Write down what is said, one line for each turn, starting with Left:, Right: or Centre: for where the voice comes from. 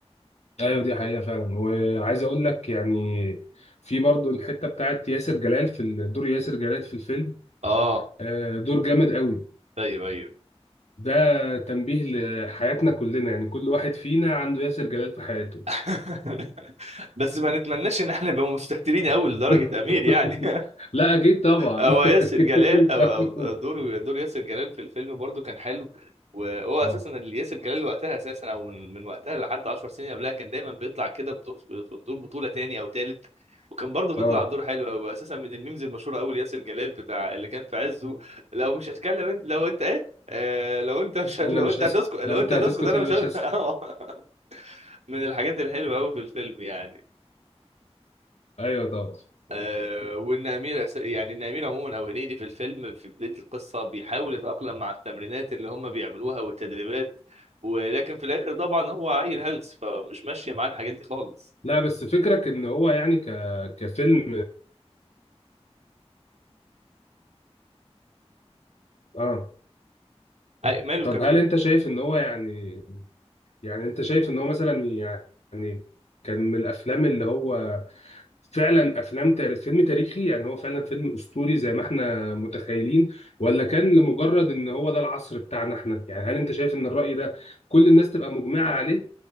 Left: ايوه دي حقيقة فعلا وعايز اقول لك يعني في برضو الحتة بتاعت ياسر جلال في ال- دور ياسر جلال في الفيلم
Right: أه
Left: آه، دور جامد قوي
Right: أيوه أيوه
Left: ده تنبيه لحياتنا كلنا يعني كل واحد فينا عنده ياسر جلال في حياته
Right: <laughs> بس ما نتمناش إن احنا نبقى مستهترين أوي لدرجة
Left: <laughs>
Right: أمير يعني
Left: لا اكيد طبعا
Right: هو ياسر
Left: <laughs>
Right: جلال او
Left: طبعاً.
Right: او دور دور ياسر جلال في الفيلم برضو كان حلو وهو
Left: اه
Right: اساسا اللي ياسر جلال وقتها اساسا او من من وقتها لحد 10 سنين قبلها كان دايما بيطلع كده بدور في دور بطوله تاني او تالت وكان برضه بيطلع
Left: اه
Right: دور حلو قوي اساسا من الميمز المشهوره قوي ياسر جلال بتاع اللي كان في عزه لو مش هتكلم انت لو انت ايه آه لو انت مش لو
Left: انا مش
Right: انت
Left: هسكت
Right: هتسكت لو
Left: لو انت
Right: انت هتسكت
Left: هتسكت
Right: انا
Left: انا
Right: مش
Left: مش
Right: ه-
Left: هسكت
Right: <laughs> من الحاجات الحلوه قوي في الفيلم يعني
Left: <laughs> ايوه طبعا
Right: آه وان امير أس- يعني ان امير عموما او هنيدي في الفيلم في بدايه القصه بيحاول يتاقلم مع التمرينات اللي هم بيعملوها والتدريبات ولكن في الاخر طبعا هو عيل هلس فمش ماشيه معاه الحاجات دي خالص
Left: لا بس فكرك ان هو يعني ك... كفيلم اه
Right: أي- ماله
Left: طب
Right: كفيلم
Left: هل انت شايف ان هو يعني يعني انت شايف ان هو مثلا يعني كان من الافلام اللي هو فعلا افلام تاريخ فيلم تاريخي يعني هو فعلا فيلم اسطوري زي ما احنا متخيلين ولا كان لمجرد ان هو ده العصر بتاعنا احنا يعني هل انت شايف ان الرأي ده كل الناس تبقى مجمعة عليه